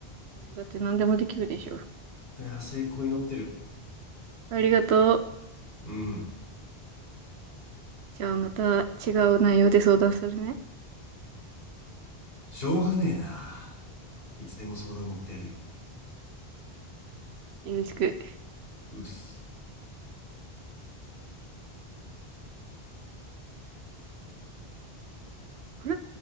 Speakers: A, on the right (about 80°); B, on the left (about 65°).
A: だって何でもできるでしょ。
B: いやー成功祈ってる
A: ありがとう。
B: うん
A: じゃあまた違う内容で相談するね。
B: しょうがねえないつでも相談乗ってやるよ
A: よろしく。
B: うっす
A: これ